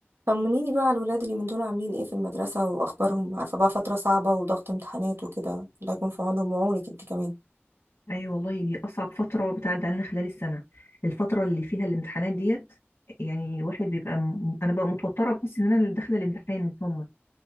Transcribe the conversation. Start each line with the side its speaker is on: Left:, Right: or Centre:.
Right: طمنيني بقى على الولاد اللي من دول عاملين ايه في المدرسة واخبارهم عارفة بقى فترة صعبة وضغط امتحانات وكده الله يكون في عونهم وعونك انت كمان
Left: اي والله دي اصعب فتره بتعدي علينا خلال السنه الفتره اللي فيها الامتحانات ديت يعني الواحد بيبقى م... انا ببقى متوتره بحس ان انا اللي داخله الامتحان مش هم